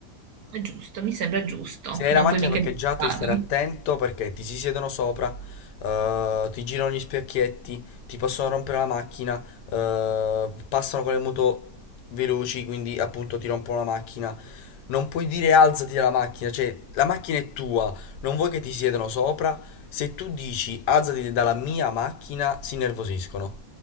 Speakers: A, on the right (about 65°); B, on the left (about 80°).
A: È giusto, mi sembra giusto,
B: Se hai
A: non
B: la macchina
A: puoi mica
B: parcheggiata,
A: giustificarli.
B: devi stare attento perché ti si siedono sopra, eh, ti girano gli specchietti, ti possono rompere la macchina, eh, passano con le moto veloci, quindi appunto ti rompono la macchina. Non puoi dire alzati dalla macchina, cioè la macchina è tua, non vuoi che ti siedano sopra. Se tu dici alzati dalla mia macchina, si innervosiscono.